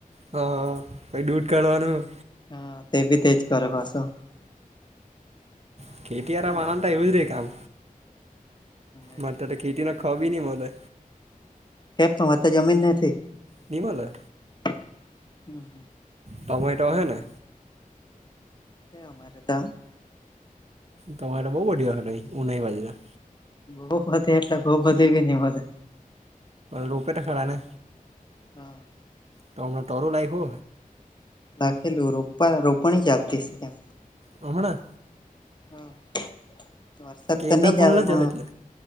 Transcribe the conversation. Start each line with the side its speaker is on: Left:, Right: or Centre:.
Right: હા ભાઈ દૂટ કાઢવાનું.
Left: હા તે ભી તેજ કરે પાછો.
Right: ખટીયાર
Left: હમ
Right: માણતા એવું જ રે કામ.
Left: એવું
Right: માટે
Left: જ
Right: તો ખેતી ના ખાવી નહી મરે.
Left: કેમ તો જમીન નથી?
Right: નિ મલે.
Left: હમ <inaudible>
Right: ટમેટો હને?
Left: અમારે ત
Right: તમામેરેરા બહુ બઢયો હલે ઉઊનાઈ બાજરા.
Left: બહ બધે એટલે બહ બધી બી નહ મળે.
Right: રૂપેટ ખડા ને
Left: હા
Right: તો, હમણાં ટરું લાયક હો.
Left: રાખેલું રોપ રોપણી ચાલતી કે.
Right: હમણા?
Left: હા. વરસાદ
Right: કેડા
Left: તો નહી
Right: ભોલ
Left: આવે
Right: ના
Left: પણ
Right: જ હો એટલે,